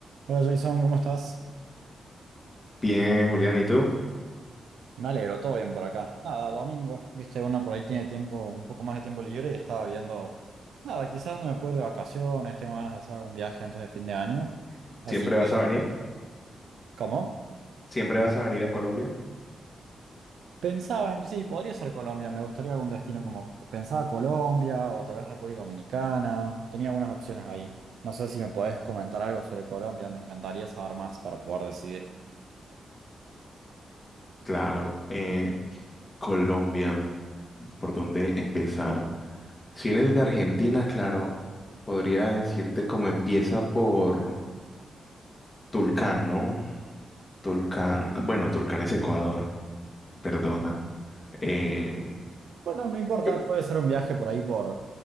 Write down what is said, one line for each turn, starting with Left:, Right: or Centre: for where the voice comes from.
Right: Hola Jason, ¿cómo estás?
Left: Bien, Julián, ¿y tú?
Right: Me alegro, todo bien por acá. Nada, domingo, viste, uno por ahí tiene tiempo, un poco más de tiempo libre y estaba viendo, nada, quizás no me puedo ir de vacaciones, tengo ganas de hacer algún viaje antes de fin de año. Así
Left: ¿Siempre
Right: que,
Left: vas a venir?
Right: ¿cómo?
Left: ¿Siempre vas a venir a Colombia?
Right: Pensaba en, sí, podría ser Colombia, me gustaría algún destino como, pensaba Colombia o tal vez República Dominicana, tenía algunas opciones ahí. No sé si me podés comentar algo sobre Colombia, me encantaría saber más para poder decidir.
Left: Claro, eh, Colombia, ¿por dónde empezar? Si vienes de Argentina, claro, podría decirte cómo empieza por Tulcán, ¿no? Tulcán, bueno, Tulcán es Ecuador, perdona. Eh,
Right: Bueno, no importa,
Left: Yo-
Right: puede ser un viaje por ahí por